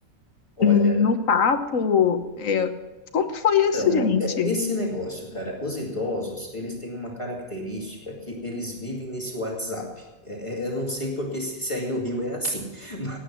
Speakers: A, on the left (about 20°); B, on the left (about 65°).
A: olha
B: em- no papo? É, como foi isso,
A: Então,
B: gente?
A: é- esse negócio, cara, os idosos, eles têm uma característica que eles vivem nesse WhatsApp. É, é- eu não sei porque se, se aí no Rio é assim, <laughs>